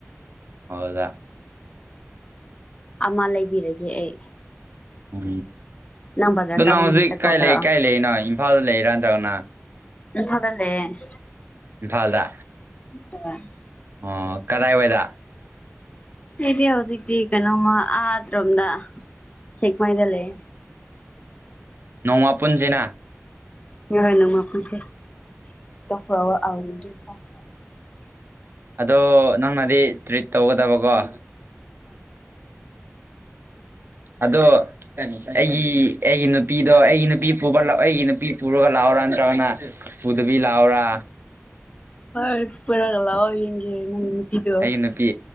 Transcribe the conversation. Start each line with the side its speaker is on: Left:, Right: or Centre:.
Right: <unintelligible>
Left: ꯑꯃ ꯂꯩꯕꯤꯔꯒꯦ ꯑꯩ
Right: ꯎꯝ
Left: ꯕꯖꯥꯔ
Right: ꯑꯗꯨ ꯅꯪ
Left: ꯀꯥꯕ
Right: ꯍꯧꯖꯤꯛ
Left: ꯅꯨꯃꯤꯠꯇ
Right: ꯀꯥꯏ
Left: ꯀꯣꯜ ꯇꯧꯔꯛꯑꯣ
Right: ꯂꯩ ꯀꯥꯏ ꯂꯩꯅꯣ ꯏꯝꯐꯥꯜꯗ ꯂꯩꯔ ꯅꯠꯇ꯭ꯔꯒꯅ
Left: ꯏꯝꯐꯥꯜꯗ ꯂꯩꯌꯦ
Right: ꯏꯝꯐꯥꯜꯗ
Left: <inaudible>
Right: ꯑꯣ ꯀꯗꯥꯏꯋꯥꯏꯗ
Left: ꯑꯩꯗꯤ ꯍꯧꯖꯤꯛꯇꯤ ꯀꯩꯅꯣꯝꯃ ꯑꯥ <unintelligible> ꯁꯦꯛꯃꯥꯏꯗ ꯂꯩꯌꯦ
Right: ꯅꯣꯡꯃ ꯄꯨꯨꯟꯖꯤꯅꯥ
Left: <unintelligible> ꯅꯣꯡꯃ ꯄꯨꯟꯁꯦ <unintelligible>
Right: ꯑꯗꯣ ꯅꯪꯅꯗꯤ ꯇ꯭ꯔꯤꯠ ꯇꯧꯒꯗꯕꯀꯣ <unintelligible> ꯑꯗꯣ ꯑꯩꯒꯤ ꯑꯩꯒꯤ ꯅꯨꯄꯤꯗꯣ ꯑꯩꯒꯤ ꯅꯨꯄꯤ <unintelligible> ꯑꯩꯒꯤ ꯅꯨꯄꯤ ꯄꯨꯔꯒ ꯂꯥꯛꯑꯣꯔ ꯅꯠꯇ꯭ꯔꯒꯅ ꯄꯨꯗꯕꯤ ꯂꯥꯛꯑꯣꯔ
Left: ꯍꯣꯏ ꯄꯨꯔꯒ ꯂꯥꯛꯑꯣ ꯌꯦꯡꯒꯦ ꯅꯪꯒꯤ ꯅꯨꯄꯤꯗꯣ
Right: ꯑꯩꯒꯤ ꯅꯨꯄꯤ